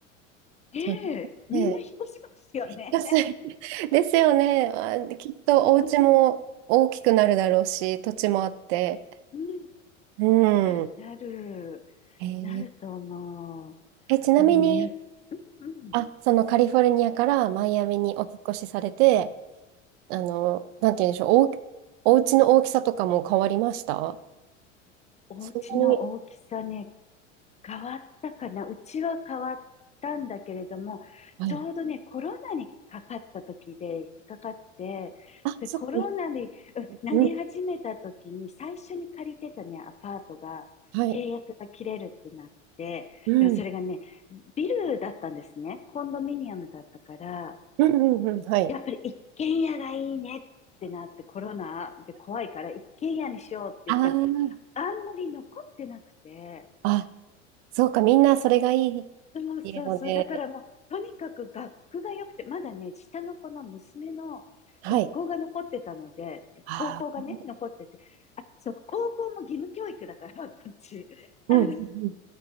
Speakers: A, on the left; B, on the right.
A: ねえ、
B: そう
A: みんな引っ越しますよね。
B: ね。安い <laughs> ですよね。あ、きっとお家も大きくなるだろうし、
A: <laughs> うん。
B: 土地もあって。
A: うん
B: うん。
A: なる、なる、
B: えー
A: なると思う。
B: え、ちなみに、
A: に、うん、
B: あ、そのカリフォルニアからマイアミにお引っ越しされて、あの、なんて言うんでしょう、おう、お家の大きさとかも変わりました
A: お家の大きさね、
B: そんなに。
A: 変わったかな。うちは変わったんだけれども、
B: はい。
A: ちょうどね、コロナにかかった時で、引っかかって、
B: あ、
A: で、
B: そっか。
A: コロナに、うんなり始めた時に、
B: うん。
A: 最初に借りてたね、アパートが、
B: はい。
A: 契約が切れるってなって、
B: うん
A: でもそれがね、ビルだったんですね。コンドミニアムだったから、
B: うんうんうん、はい。
A: やっぱり一軒家がいいねってなって、コロナで怖いから一軒家にしようって言ったら、
B: あ
A: あんまり残ってなくて、
B: あ、あ、そうか、みんなそれがいいっ
A: そうそうそう、
B: ていうので、
A: だからもう、とにかく学区が良くて、まだね、下の子の娘の学校が残ってたので、
B: はい。ああ、
A: 高校がね、残ってて、あ、そう、高校も義務教育だから、<laughs> こっち。
B: うんうんうん、
A: あの、